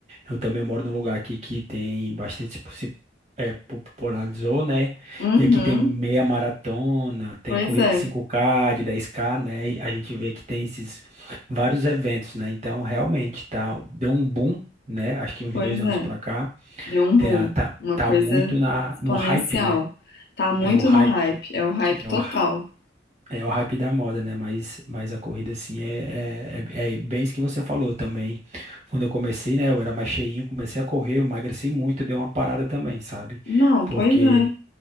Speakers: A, on the right (about 35°); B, on the left (about 60°).
A: eu também moro num lugar aqui que tem bastante se se- é, popularizou, né?
B: Uhum.
A: E aqui tem meia maratona, tem
B: Pois
A: corrida
B: é,
A: de cinco k de dez k né? E a gente vê que tem esses vários eventos, né? Então, realmente, tá, deu um boom, né? Acho que uns
B: pois
A: dois anos
B: é.
A: pra cá.
B: Deu um
A: Tá,
B: boom.
A: tá,
B: Uma
A: tá
B: coisa
A: muito na,
B: exponencial.
A: no hype, né?
B: Tá muito
A: É o hype.
B: no hype. É o hype
A: É
B: total.
A: o, é o hype da moda, né? Mas, mas a corrida, assim, é, é, é, é bem isso que você falou também. Quando eu comecei, né? Eu era mais cheinho, comecei a correr, eu emagreci muito, deu uma parada também, sabe?
B: Não,
A: Porque
B: pois é.